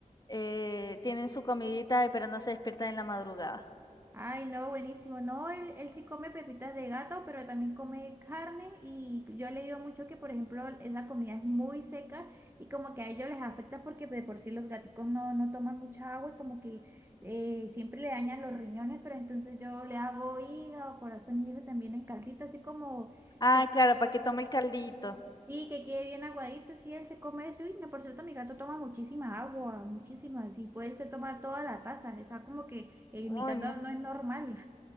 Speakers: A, on the left; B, on the right.
A: eh, tienen su comidita, pero no se despiertan en la madrugada.
B: Ay, no, buenísimo. No, él, él sí come pepitas de gato, pero también come carne y yo he leído mucho que, por ejemplo, esa comida es muy seca y como que a ellos les afecta porque de por sí los gaticos no, no toman mucha agua y como que eh, siempre le dañan los riñones, pero entonces yo le hago hígado, corazón y eso también en caldito, así como que
A: Ah,
B: quede,
A: claro, para que tome el caldito.
B: sí, que quede bien aguadito, sí, él se come eso. Y no, por cierto, mi gato toma muchísima agua, muchísima, sí, pues él se toma toda la taza, o sea, como que el, mi
A: Uy,
B: gato
A: no.
B: no es normal.